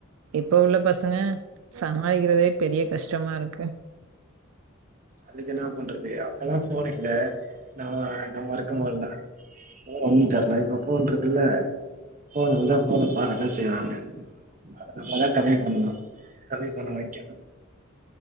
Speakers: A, on the right; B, on the right.
A: இப்ப உள்ள பசங்க சமாளிக்கிறதே பெரிய கஷ்டமாருக்கு
B: அதுக்கென்னா பண்றது அப்பல்லா ஃபோனில்ல நம்ம நம்மொருக்கமோத்லா ஓ வந்த்ட்டாரு <unintelligible> ஃபோன்ருக்குல்ல ஃபோன் வந்தா ஃபோனா பாக்கதா செய்வாங்க அத நம்ம தா கம்மி பண்ணணு கம்மி பண்ண வெக்கெ